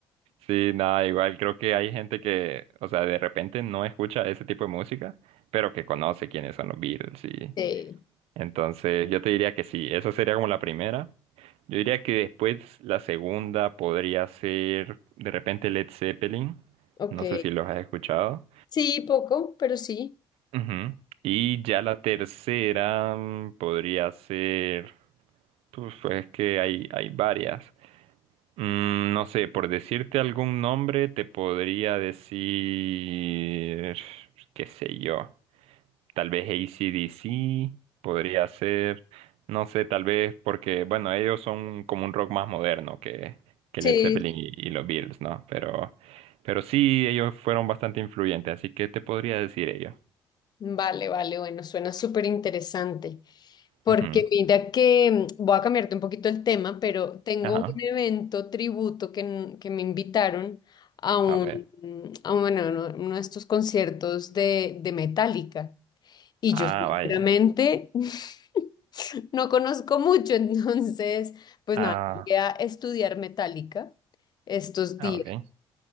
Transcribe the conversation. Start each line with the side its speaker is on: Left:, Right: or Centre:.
Right: Sí, nada, igual creo que hay gente que, o sea, de repente no escucha ese tipo de música, pero que conoce quiénes son los Beatles, y
Left: Sí,
Right: entonces yo te diría que sí, esa sería como la primera. Yo diría que después la segunda podría ser de repente Led Zeppelin,
Left: ok.
Right: no sé si los has escuchado.
Left: Sí, poco, pero sí.
Right: Ujú. Y ya la tercera mm, podría ser, pues, pues, es que hay, hay varias. Mm, no sé, por decirte algún nombre, te podría decir, qué sé yo, tal vez AC/DC podría ser, no sé, tal vez porque, bueno, ellos son como un rock más moderno que, que
Left: Sí,
Right: Led Zeppelin y, y los Beatles, ¿no? Pero, pero sí, ellos fueron bastante influyentes, así que te podría decir ellos.
Left: Vale, vale, bueno, suena súper interesante. Porque
Right: Ujú.
Left: mira que mm, voy a cambiarte un poquito el tema, pero tengo
Right: Ajá,
Left: un evento tributo que, n- que me invitaron a un,
Right: a ver.
Left: mm, a un- bueno, uno uno de estos conciertos de, de Metallica. Y
Right: Ah,
Left: yo sinceramente
Right: vaya.
Left: <laughs> no conozco mucho, <laughs> entonces, pues
Right: Ah,
Left: nada, voy a estudiar Metallica estos
Right: ah,
Left: días.
Right: ok.